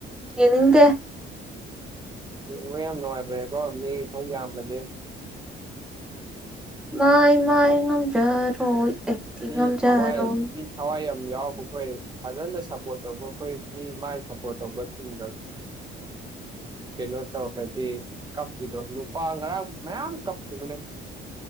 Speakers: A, in the centre; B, on the right.
A: ꯌꯦꯡꯅꯤꯡꯗꯦ
B: ꯍꯣꯏ ꯌꯥꯝ ꯅꯨꯡꯉꯥꯏꯕ꯭ꯔꯦꯀꯣ ꯃꯤ ꯈꯩ ꯌꯥꯝꯂꯗꯤ
A: <unintelligible> ꯃꯥꯏ ꯃꯥꯏ ꯉꯝꯖꯔꯣꯏ ꯑꯩꯗꯤ
B: ꯃꯤ
A: ꯉꯝꯖꯔꯣꯏ
B: ꯊꯋꯥꯏ ꯃꯤ ꯊꯋꯥꯏ ꯌꯥꯎꯕ ꯑꯩꯈꯣꯏ ꯐꯖꯅ ꯁꯞꯄꯣꯔꯠ ꯇꯧꯕ ꯑꯩꯈꯣꯏ ꯃꯤ ꯃꯥꯏ ꯁꯞꯄꯣꯔꯠ ꯇꯧꯕ ꯆꯨꯝꯗ
A: <unintelligible>
B: ꯀꯩꯅꯣ ꯇꯧꯈ꯭ꯔꯗꯤ ꯀꯞꯄꯤꯗꯣ ꯅꯨꯄꯥ ꯉꯔꯥꯡ ꯃꯌꯥꯝ ꯀꯞꯈꯤꯕꯅꯦ